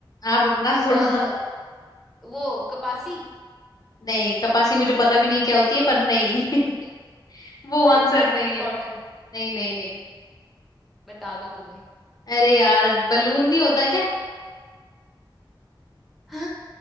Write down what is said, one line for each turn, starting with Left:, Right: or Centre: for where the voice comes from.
Left: आप अपना थोड़ा
Centre: आ, वो कपासी
Left: नहीं कपासी मुझे पता भी नहीं है क्या होती है पर नहीं <laughs> वो
Centre: अरे
Left: आंसर
Centre: कपासी
Left: नहीं
Centre: मतलब
Left: है
Centre: कॉटन
Left: नहीं नहीं नहीं
Centre: बता दो तुम्हें <laughs>
Left: अरे यार बलून नहीं होता क्या
Centre: हाँ,